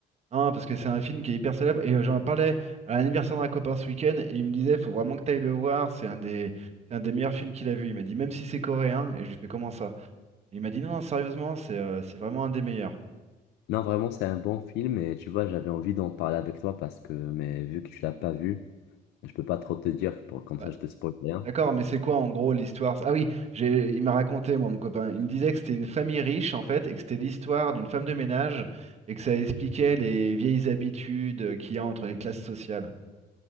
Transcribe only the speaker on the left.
Non, vraiment, c'est un bon film et tu vois, j'avais envie d'en parler avec toi parce que, mais vu que tu l'as pas vu, je peux pas trop te dire, pour, comme
ça je te spoil rien.